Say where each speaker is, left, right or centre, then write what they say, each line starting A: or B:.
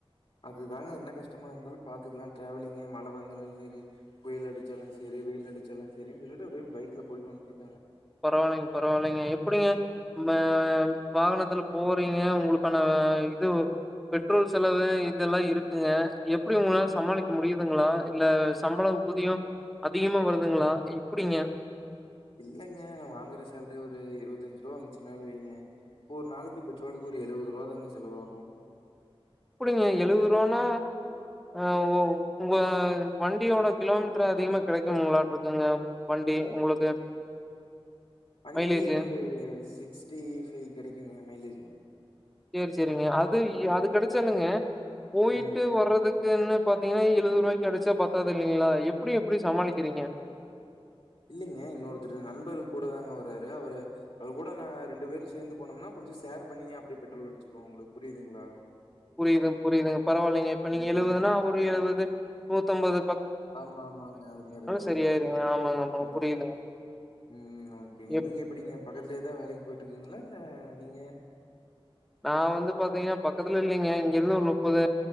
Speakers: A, on the left; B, in the centre.
A: அதுதாங்க என்ன கஷ்டமா இருந்தாலும் பாத்துக்கலாம் டிரவலிங்கே மழை வந்தாலும் சரி புயல் அடிச்சாலும் சரி வெயில் அடிச்சாலும் சரி ஒரே பைக்ல போயிட்டு வந்துக்
B: பரவாயில்லைங்க பரவாயில்லைங்க எப்படிங்க நம்ம வாகனத்துல போறீங்க உங்களு க்கான இது பெட்ரோல் செலவு இதெல்லாம் இருக்குங்க எப்படி உங்களாம் சமாளிக்க முடியுதுங்களா இல்ல சம்பள ஊதியம் அதிகமா வருதுங்களா எப்படிங்க
A: இல்லைங்க நா வாங்குற சேலரி ஒரு இருபத்தஞ்சு ரூபா வந்துச்சுனால வீங்க இப்ப ஒரு நாளைக்கு பெட்ரோலுக்கு ஒரு எழுபது ரூபா தாங்க செலவாகும்
B: அப்படிங்க எழுபது ரூவானா அஹ் ஒ உங்க வண்டியோட கிலோமீட்டர் அதிகமா கிடைக்கும்ளாட்டு இருக்குங்க வண்டி உங்களுக்கு
A: வண்டி
B: மைலேஜ்
A: ஒரு சிக்ஸ்டி ஃபைவ் கிடைக்குங்க மைலேஜ்
B: செரி செரிங்க அது அது கிடைச்சண்ணுங்க போயிட்டு
A: ம்
B: வரதுக்குன்னு பாத்தீங்கன்னா எழுபது ரூபாய்கு அடிச்சா பத்தாதது இல்லைங்களா எப்படி எப்படி சமாளிக் கிறீங்க
A: இல்லைங்க இன்னொருத்தர் நண்பர் கூட தாங்க வர்றாரு அவரு அவர் கூட நான் ரெண்டு பேரும் சேர்ந்து போனோம்னா கொஞ்சம் ஷேர் பண்ணி அப்படியே பெட்ரோல் அடிச்சுக்கோம் உங்களுக்கு புரியுதுங்களா
B: புரியுதுங்க புரியுதுங்க பரவாயில்லைங்க இப்ப நீங்க
A: ம்
B: எழுபதுன்னா ஒரு எழுபது நூத்தம்பது
A: ஆமா ஆமாங்க அது மாரிதாங்க
B: சரியாயிருங்க. ஆமாங்க, ஆமாங்க.
A: ம்
B: புரியுதுங்க.
A: உம் ஓகேங்க
B: எப்
A: நீங்க எப்படிங்க பக்கத்தலயே தான் வேலைக்கு போயட்டு இருக்கீங்களா இல்ல நீங்க
B: நா வந்து பாத்தீங்கன்னா பக்கத்துல இல்லைங்க இங்கிருந்து ஒரு முப்பது